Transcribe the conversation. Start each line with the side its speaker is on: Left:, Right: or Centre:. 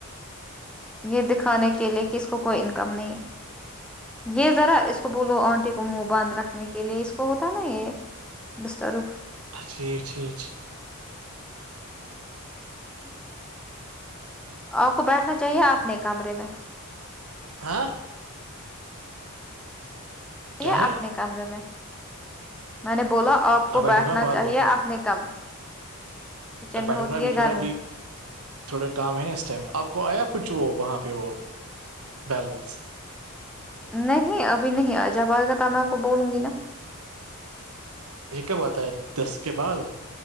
Centre: یہ دکھانے کے لیے کہ اس کو کوئی انکم نہیں ہے یہ ذرا اس کو بولو آنٹی کو کو منہ باندھ رکھنے کے لیے اس کو ہوتا نا یہ ڈسٹرب
Right: <inaudible> اچ اا اچھا اچھا
Centre: ہ <inaudible> آپ کو بیٹھنا چاہیے آپ نے کمرے میں
Right: ہاں کیا
Centre: یہ
Right: ہے
Centre: اپنے کمرے میں میں نے بولا آپ کو
Right: اب بیٹھوں
Centre: بیٹھنا
Right: گا بعد
Centre: چاہیے
Right: میں
Centre: اپنے کم کچن
Right: اب بیٹھوں
Centre: میں ہوتی
Right: گا ابھی
Centre: ہے گرمی
Right: تھوڑا بھی تھوڑا کام ہے نا اس ٹائم آپ کو آیا کچھ وہ وہاں پہ وہ بیلنس
Centre: نہیں ابھی نہیں آ جب آئے گا توب میں آپ کو بولوں گی نا
Right: یہ کب آتا ہے دس کے بعد